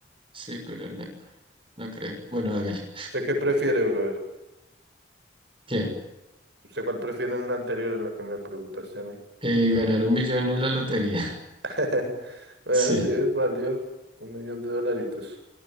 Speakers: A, on the right; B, on the right.
A: Sí, pero no, no creo. Bueno, hágale.
B: ¿Usted qué prefiere, brother?
A: ¿Qué?
B: ¿Usted cuál prefiere en la anterior en la que me preguntaste a mí?
A: Eh, ganar un millón en la lotería.
B: <laughs> Bueno,
A: <laughs> Sí.
B: sí, es válido. Un millón de dolaritos.